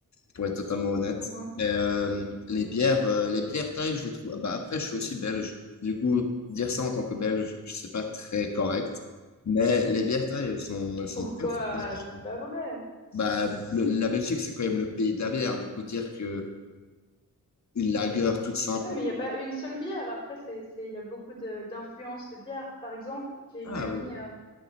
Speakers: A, on the left; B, on the left.
A: pour être totalement honnête.
B: Mhm,
A: Mais euh, les
B: mhm.
A: bières, euh, les bières thaï, je les trouve. Bah, après, je suis aussi belge. Du coup, dire ça en tant que belge, je sais pas très correct. Mais les bières thaï, elles sont, elles sont
B: Pourquoi?
A: très très bonnes.
B: C'est pas vrai.
A: Bah, le- la Belgique, c'est quand même le pays de la bière. Du coup, dire que une lager toute simple.
B: Oui, mais il n'y a pas une seule bière. Après, c'est, c'est, il y a beaucoup de, d'influences de bière. Par exemple, j'ai
A: Ah
B: une amie,
A: oui,
B: euh,